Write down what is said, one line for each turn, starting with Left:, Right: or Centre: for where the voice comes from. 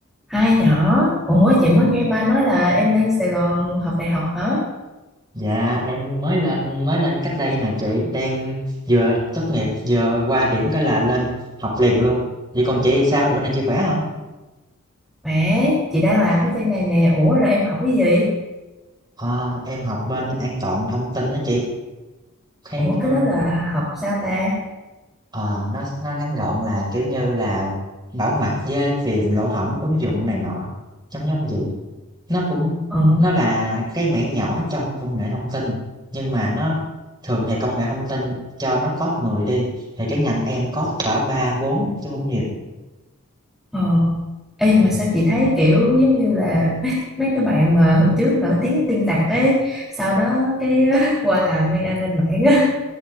Centre: Hai nhỏ, ủa chị mới nghe ba nói là em lên Sài Gòn học đại học hả?
Right: Dạ em mới lên mới lên cách đây nè chị đang vừa tốt nghiệp vừa qua điểm cái là lên học liền luôn. Vậy còn chị thì sao? Đỗ này chị khỏe không?
Centre: Mẹ, chị đang làm ở trên này nè, ủa rồi em học cái gì?
Right: Ờ, em học bên an toàn thông tin đó chị. Khi
Centre: Ủa
Right: nó
Centre: cái đó là học sao ta?
Right: ờ, nó nó ngắn gọn là kiểu như là bảo mật với tìm lỗ hổng ứng dụng này nọ. Trong giống giống vậy. Nó cũng
Centre: Ờ,
Right: nó là cái mảng nhỏ trong công nghệ thông tin nhưng mà nó thường thì công nghệ thông tin cho nó code 10 đi thì cái ngành em code cỡ 3 4 chứ không nhiều.
Centre: ờ. Ê mà
Right: Ừ.
Centre: sao chị thấy kiểu giống như là <laughs> mấy cái bạn mà hồi trước nổi tiếng tin tặc ấy, sau đó cái <laughs> qua làm bên an ninh mạng á.